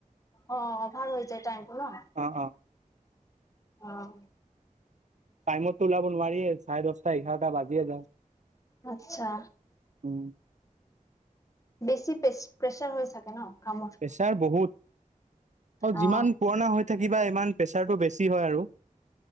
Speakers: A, on the left; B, on the right.
A: অ অভাৰ হৈ যায় টাইমটো ন'?
B: অ অ
A: অ'।
B: টাইমতো ওলাব নোৱাৰিয়ে, চাৰে দহটা এঘাৰটা বাজিয়ে যায়।
A: আত্ছা।
B: উম
A: বেছি প্ৰে-প্ৰেছাৰ হৈ চাগে ন' কামৰ?
B: প্ৰেছাৰ বহুত, আৰু যিমান
A: অ
B: পুৰণা হৈ থাকিবা ইমান প্ৰেছাৰটো বেছি হয়, আৰু।